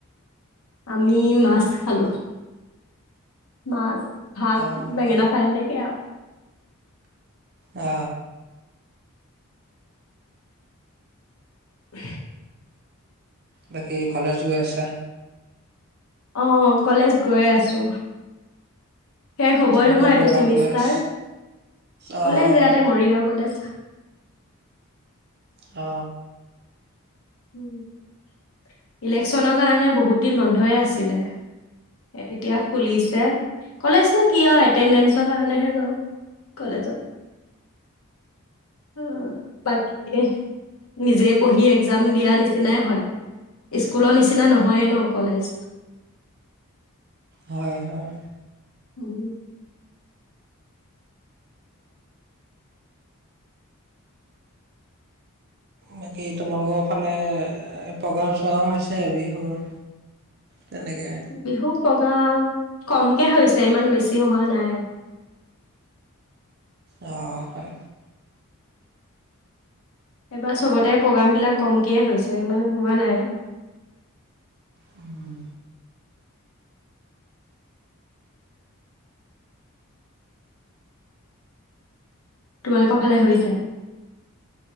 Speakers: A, on the left; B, on the right.
A: আমি মাছ খালো মাছ। ভাত
B: অঁ
A: বেঙেনা ফ্ৰাই নে সেইয়া
B: অ।
A: <inaudible>
B: বাকী কলেজ গৈ আছা?
A: অহ কলেজ গৈ আছো। শেষ হ'বই
B: উম,
A: নহয়
B: ক'ত
A: এইটো
B: ল'লা
A: ছেমিষ্টাৰ।
B: কলেজ অঁ
A: কলেজ
B: অঁ
A: ইয়াতে মৰিগাঁও কলেজ।
B: অ।
A: উম ইলেকশ্যনৰ কাৰণে বহুত দিন বন্ধয়ে আছিলে। এই এতিয়া খুলিছে। কলেজ নো কি আৰু এটেণ্ডেঞ্চৰ কাৰণেহে যাওঁ কলেজত। অ বাকী নিজে পঢ়ি একজাম দিয়া নিচিনাই হয়। স্কুলৰ নিচিনা নহয়ে ন কলেজ।
B: হয় হয়।
A: উম।
B: বাকী তোমালোকৰ ফালে প্ৰগ্ৰাম-চগ্ৰাম হৈছে বিহুৰ? তেনেকে।
A: বিহু প্ৰগ্ৰাম কমকে হৈছে ইমান বেছি হোৱা নাই।
B: অ হয়।
A: এইবাৰ চবতে প্ৰগ্ৰামবিলাক কমকেই হৈছে ইমান হোৱা নাই।
B: উম।
A: তোমালোকৰ ফালে হৈছে?